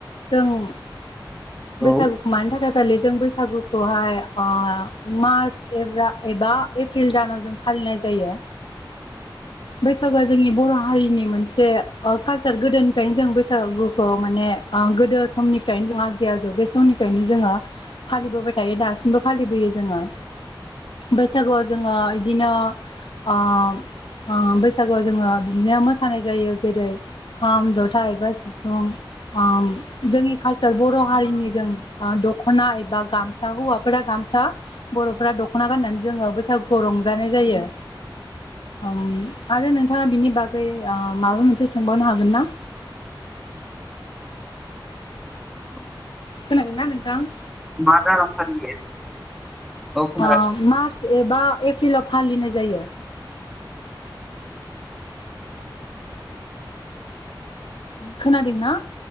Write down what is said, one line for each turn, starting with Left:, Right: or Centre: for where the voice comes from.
Left: जों
Centre: औ
Left: बैसागुखौ मानि थाखाय फालि जों बैसागुखौहाय ओ मार्च एब्रा एबा एप्रिल दानाव जों फालिनाय जायो
Centre: <inaudible>
Left: बैसागुआ जोंनि बर' हारिनि मोनसे ओ कालसार गोदोनिफ्रायनो जों बैसागुखौ माने ओ गोदो समनिफ्रायनो जोंहा जै आजौ बे समनिफ्रायनो जोङो फालिबोबाय थायो दासिमबो फालिबोयो जोङो। बैसागुआव जोङो इदिनो ओ ओ बैसागोआव जोङो बिदिनो मोसानाय जायो जेरै खाम जथ था एबा सिफुं अम जोंनि कालचार बर' हारिनि जों ओ दख'ना एबा गामसा हौवाफोरा गामसा बर'फोरा दख'ना गाननानै जोङो बैसागुखौ रंजानाय जायो। अम आरो नोंथाङा बिनि बागै ओ माबा मोनसे सोंबावनो हागोन ना?
Centre: उ <inaudible>
Left: खोनादोंना नोंथां?
Centre: मा <unintelligible> औ खोनागासिनो
Left: अम मार्च एबा एप्रिलाव फालिनाय जायो। खोनादोंना?